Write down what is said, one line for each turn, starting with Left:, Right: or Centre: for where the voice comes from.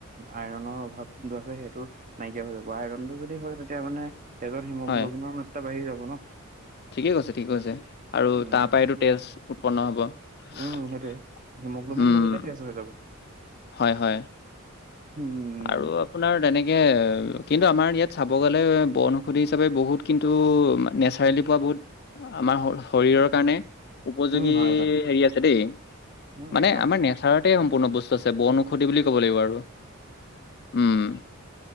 Right: আইৰনৰ অভাৱ যোনটো আছে সেইটো নাইকিয়া হৈ যাব আইৰণ টো যদি হয় তেতিয়া মানে তেজত হিমোগ্লবিনৰ
Left: হয়।
Right: মাত্ৰা বাঢ়ি যাব ন
Left: ঠিকে কৈছে ঠিকে কৈছে আৰু
Right: উম
Left: তাৰ পৰাইতো তেজ উৎপন্ন হ'ব উম
Right: উম সেইটোৱে হিমগ্ল'বিন বাঢ়িলে তেজ হৈ যাব
Left: হয় হয়
Right: উম
Left: আৰু আপোনাৰ তেনেকে কিন্তু আমাৰ ইয়াত চাব গ'লে বনৌষধি হিচাপে বহুত কিন্তু হেল্ডি পোৱা বহুত আমাৰ শৰীৰৰ কাৰণে উপযোগী
Right: উম হয় হয়
Left: হেৰি আছে দেই
Right: উম
Left: মানে
Right: একদম
Left: আমাৰ নেচ নেসাৰতে সম্পূৰ্ণ বস্তু আছে বন ঔষধি বুলি ক'ব লাগিব আৰু উম